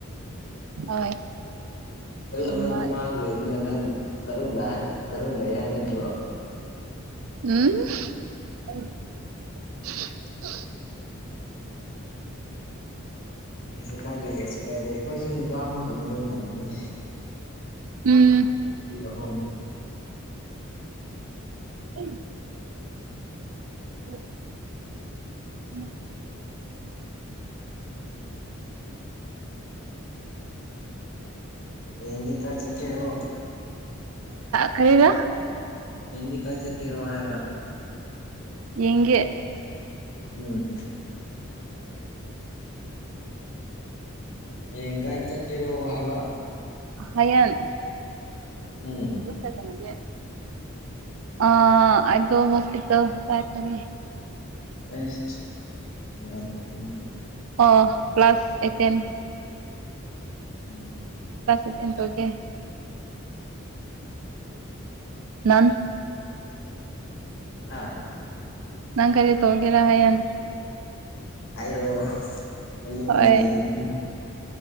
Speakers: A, on the right; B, on the left.
A: ꯍ
B: ꯑꯩ ꯑꯃꯗꯤ
A: ꯏꯃ
B: ꯃꯥꯡꯈ꯭ꯔꯦ ꯑꯗꯨꯅ ꯅꯪ ꯇꯔꯨꯛ ꯂ ꯇꯔꯨꯛ ꯂꯩ ꯍꯥꯏ ꯅꯠꯇ꯭ꯔꯣ
A: ꯎꯝ <unintelligible>
B: ꯀꯩꯁꯨ ꯀꯥꯏꯗꯦ ꯀꯩꯁꯨ ꯀꯥꯏꯗꯦ ꯑꯩꯈꯣꯏꯁꯨ ꯅꯨꯄꯥ ꯑꯃꯈꯛꯇꯅ ꯏꯊꯟꯗꯅꯤ
A: ꯎꯝ
B: ꯑꯍꯨꯝ
A: ꯎꯝ ꯎꯝ
B: ꯑꯦꯒꯀꯥ ꯆꯀꯤꯔꯣ
A: ꯈꯔꯦꯒ
B: ꯌꯦꯡꯗꯤ ꯀꯥꯏ ꯆꯠꯀꯦꯔꯣ ꯍꯥꯏꯕ
A: ꯌꯦꯒꯦ
B: ꯎꯝ ꯍꯌꯦꯡꯒꯥꯏ ꯆꯠꯀꯦꯔꯣ ꯍꯥꯏꯕ
A: ꯍꯌꯦꯟ
B: ꯎꯝ
A: ꯑꯟꯏꯟꯇꯦꯜꯂꯤꯖꯦꯕꯜ ꯑ ꯑꯗꯣ ꯍꯁꯄꯤꯇꯥꯜ ꯑꯟꯏꯟꯇꯦꯜꯂꯤꯖꯦꯕꯜ
B: ꯑꯩꯁ ꯌꯥꯝ ꯐꯩ
A: ꯑꯣ ꯀ꯭ꯂ꯭ꯂꯥꯁ ꯑꯦꯠꯇꯦꯟ
B: ꯎꯝ
A: ꯑꯦꯇꯦꯟ ꯇꯧꯒꯦ ꯅꯥꯟ
B: ꯍꯥꯥ
A: ꯅꯪ ꯀꯔꯤ ꯇꯣꯒꯦꯔ ꯍꯥꯏꯌꯦꯟ
B: ꯑꯩꯔꯣ ꯑꯩ ꯌꯨꯝꯗ
A: ꯍꯣꯏ
B: ꯂꯩꯅꯤ